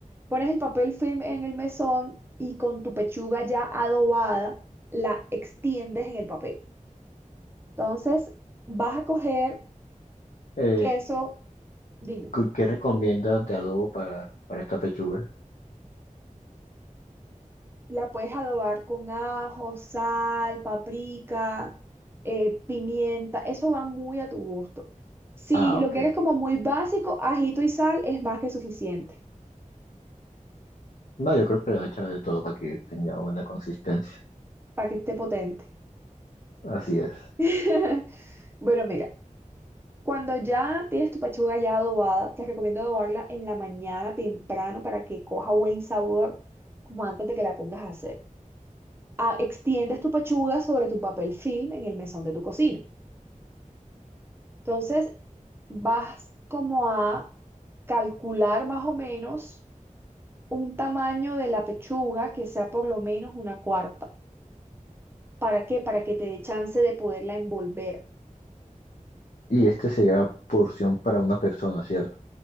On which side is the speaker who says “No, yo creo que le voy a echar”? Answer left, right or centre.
Left